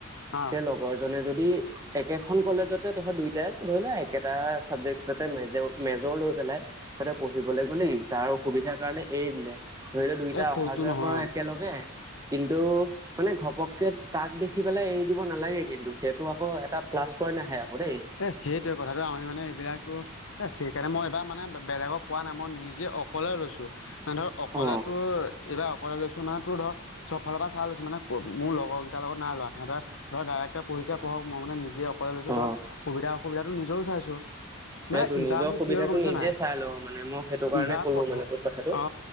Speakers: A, on the left (about 70°); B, on the right (about 15°).
A: অ
B: তে লগৰ জনে যদি একেখন কলেজতে তহত দুইটাই ধৰি লোৱা একেটা চাবজেক্ট, তাতে মেজৰ মেজৰ লৈ পেলাই তাতে পঢ়িবলৈ গ'লে তাৰ অ সুবিধাৰ কাৰণে এৰি দিলে। ধৰি লও দুইটা
A: এই সৰুটো
B: অহা যোৱা
A: নহয়
B: কৰ একেলগে কিন্তু, মানে ঘপককে তাক দেখি পেলাই এৰি দিব নালাগে কিন্তু সেইটো আকৌ এটা প্লাছ পইণ্ট আহে আকৌ দেই।
A: এই সেইটোৱে কথাটো আমি মানে এইবিলাকতো। এ সেইকাৰণে মই এইবাৰ মানে বেলেগক কোৱা নাই মই নিজে অকলে লৈছো। নানে ধৰ অকলেটোৰ
B: অ
A: এইবাৰ অকলে লৈছোনাটোৰ ধৰক। চব ফালৰ পৰা চাই লৈছো মানে মোৰ লগৰ কেইটাৰ লগত নাই লোৱা সিহঁতৰ ধৰ ডাইৰেকে পঢ়িছে পঢ়ক মই মানে নিজে অকলে লৈছো
B: অ
A: ধৰ সুবিধা অসুবিধাটো নিজেও চাইছো। মানে
B: সেইটো
A: ইবাৰ
B: নিজৰ
A: মোক
B: সুবিধাটো
A: কি হয় গম পাইছো
B: নিজে
A: নাই
B: চাই ল মানে মই সেইটো কাৰণে
A: ইবাৰ
B: কলো
A: প্ৰথম
B: মানে তোৰ কথাটো
A: অ,